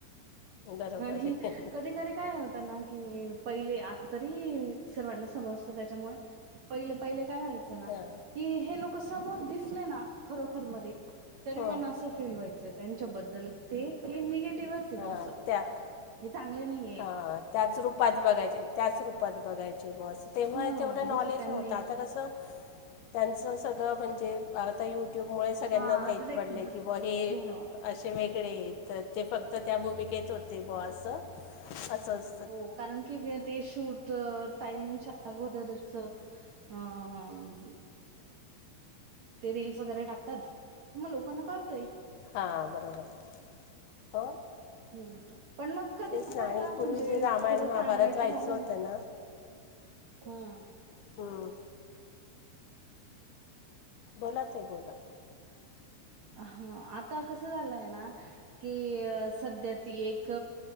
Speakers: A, on the left; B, on the right.
A: बरोबर
B: आणि
A: आहे
B: कधी कधी काय होत ना की, पहिले आता तरी सर्वांना समजतो त्याच्यामुळे पहिले पहिले काय व्हायचं ना,
A: हां
B: की हे लोक समोर दिसले ना खरोखर मध्ये तरी
A: हं
B: पण असं फील व्हायचंय त्यांच्याबद्दल ते निगेटिव्हच आहे
A: हा
B: बॉ असं
A: त्या
B: हे चांगले नाहीये.
A: हां.. त्याच रूपात बघायचे, त्याच रूपात बघायचे बा बस. तेव्हा
B: ह
A: तेवढं नॉलेज
B: जसं त्यांनी
A: नव्हतं. आता कसं त्यांचं सगळं म्हणजे आता यू ट्यूबमुळे सगळ्यांना
B: हा
A: माहीती
B: तर
A: पडले
B: ते
A: की बा हे
B: हा
A: असे वेगळे आहेत. तर ते फक्त त्या भूमिकेत होते बुवा असं. असचं.
B: हो कारण की हे ते, शूट अ टायमिंगच्या. अगोदरच आं.. ते रील्स वगैरे टाकतात, मग लोकांना कळतंय.
A: हां बरोबर हो.
B: हम्म. पण मग कधी
A: तेच
B: आता
A: आणि
B: आहे ना, म्हणजे
A: पूर्वी जे रामायण
B: खरं
A: महाभारत
B: सांगायचं
A: व्हायचं
B: झालं
A: होतं
B: ना. हम्म.
A: हम्म. बोला ताई बोला.
B: हां.. आता कसं झालंय ना. कि संध्या ती एक